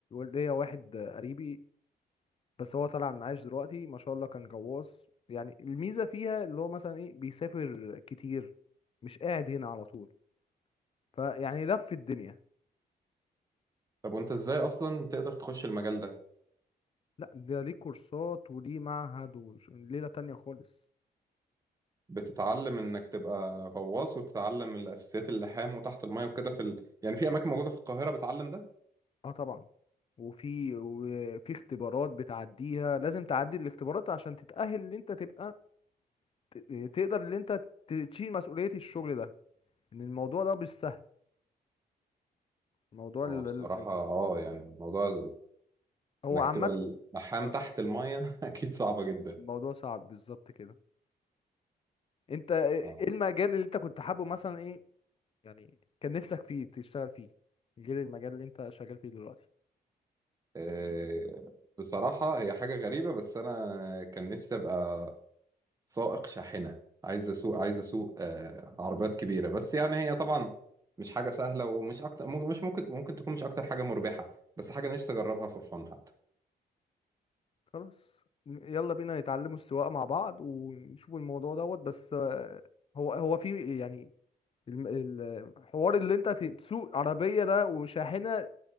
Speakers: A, on the left; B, on the right.
A: ليا واحد قريبي بس هو طالع معاش دلوقتي ما شاء الله كان غواص يعني الميزة فيها اللي هو مثلا ايه بيسافر كتير مش قاعد هنا على طول فيعني لف الدنيا
B: طب وانت ازاي اصلا تقدر تخش المجال ده
A: لا ده ليه كورسات وليه معهد وليلة تانية خالص
B: بتتعلم انك تبقى غواص وتتعلم الاساسيات اللحام وتحت المايه وكده في ال... يعني في اماكن موجودة في القاهرة بتعلم ده
A: اه طبعا وفي وفي اختبارات بتعديها لازم تعدي الاختبارات عشان تتأهل ان انت تبقى ت- تقدر ان انت تشيل مسؤولية الشغل ده ان الموضوع ده مش سهل الموضوع ال...
B: هو بصراحة
A: ال-
B: اه يعني الموضوع
A: هو
B: انك
A: عامة
B: تبقى اللحام
A: آه،
B: تحت المية <laughs> اكيد صعبة جدا
A: الموضوع صعب بالظبط كده انت ايه
B: اه
A: إيه المجال اللي انت كنت حابه مثلا ايه يعني كان نفسك فيه تشتغل فيه غير المجال اللي انت شغال فيه دلوقتي
B: آه، بصراحة هي حاجة غريبة بس انا كان نفسي ابقى سائق شاحنة عايز اسوق عايز اسوق آه، عربيات كبيرة بس يعني هي طبعا مش حاجة سهلة ومش اكتر ممكن- مش ممكن ممكن تكون مش اكتر حاجة مربحة بس حاجة نفسي اجربها فور فن حتى
A: خلاص ن- يلا بينا نتعلموا السواقة مع بعض ونشوف الموضوع دوت بس آه، هو هو في يعني الم- ال- الحوار اللي انت ت- تسوق عربية ده وشاحنة